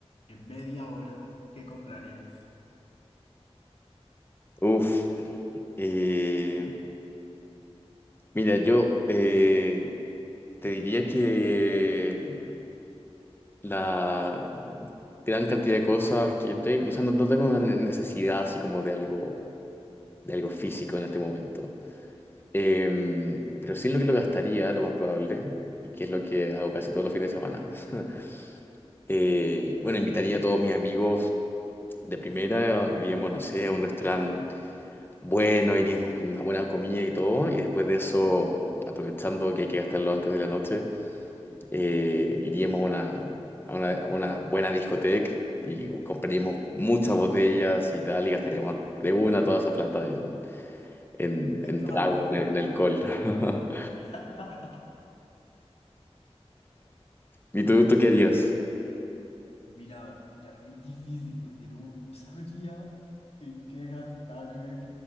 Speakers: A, on the left; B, on the left.
A: en media hora, ¿qué comprarías?
B: Uf. Eh, Mira, yo eh, te diría que mm, la gran cantidad de cosas que tengo, o sea, no, no tengo una ne- necesidad así como de algo, de algo físico en este momento. Em, pero sí en lo que lo gastaría, lo más probable, y que es lo que hago casi todos los fines de semana. <laughs> Eh, bueno, invitaría a todos mis amigos de primera, iríamos, no sé, a un restaurante bueno, iríamos con una buena comida y todo, y después de eso, aprovechando que hay que gastarlo antes de la noche. eh, iríamos a una, a una, a una buena discoteca y compraríamos muchas botellas y tal, y gastaríamos de una toda esa plata en, en,
A: Me
B: en
A: trago.
B: trago, en, en alcohol. <laughs>
A: <laughs>
B: ¿Y tú, tú qué harías?
A: Y mira, mira, bien difícil porque no, no sabía en qué gastarme